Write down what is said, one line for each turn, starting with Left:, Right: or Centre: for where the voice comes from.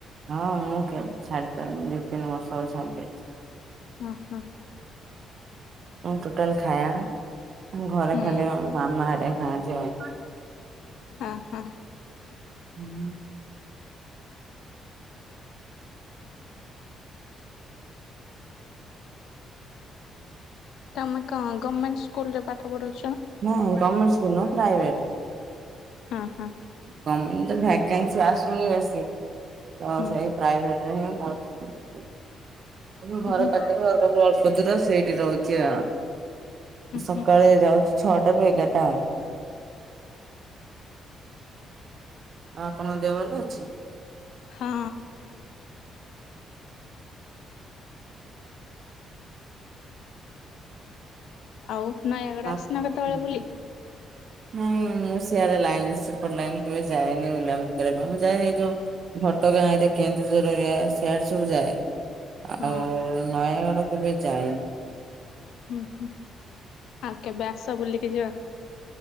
Right: ହଁ ମୁଁ କେ ଛାଡି ସାରିଲି ଦି ତିନି ବର୍ଷ ଛାଡି ଦେଇଚି।
Left: ହ ହଁ।
Right: ଟୋଟାଲ ଖାଇଆ ଆଁ ଘରେ
Left: ହୁଁ
Right: ଖାଇଲେ ଆମେ ମାମା ଘରେ ଖାଆନ୍ତି ଆଉ।
Left: ହଁ ହ।
Right: ହୁଁ।
Left: ତମେ କଣ ଗମେଣ୍ଟ ସ୍କୁଲ ରେ ପାଠ ପଢଉଚ?
Right: ନାଇଁ ଗମେଣ୍ଟ ସ୍କୁଲ ନୁହେଁ ପ୍ରାଇଭେଟରେ।
Left: ହଁ ହଁ
Right: ଗମେଣ୍ଟ ତ ଭ୍ୟାକେନ୍ସି ଆସୁନି ବେଶୀ ତ
Left: ହୁଁ
Right: ସେଇ ପ୍ରାଇଭେଟ ଏତେ ହିଁ <unintelligible> ତ ଘର
Left: ହୁଁ ହୁଁ।
Right: ପାଖରେ <unintelligible> ଅଳ୍ପ ଦୂର ସେଇଠି ରହୁଚି ଆଉ। ସକାଳେ
Left: ହୁଁ।
Right: ଯାଉଛି ଛଟା ରୁ ଏଗାର ଟା ଆଙ୍ଗ ଆଉ ଆପଣଙ୍କ ଦେହ ଭଲ ଅଛି
Left: ହଁ। ଆଉ ନୟାଗଡ
Right: ମା
Left: ଆସିନ କେତେବେଳେ ବୁଲି?
Right: ନାଇଁ ମୁଁ ଶିଆଳେ ଲାଇନ ସେପଟ ଲାଇନ କେବେ ଯାଇଏନି ବୁଲା ବୁଲି ମୁଁ ଯାଏ ଏଇ ଯୋଉ ଘଟଗାଁ ଏରେ କେନ୍ଦୁଝର ଏରିଆ ସେଆଡେ ସବୁ ଯାଏ। ଆଉ
Left: ହଁ
Right: ନୟାଗଡ କେବେ ଯାଇନି।
Left: ହୁଁ ହୁଁ ଆଉ କେବେ ଆସ ବୁଲିକି ଯିବା।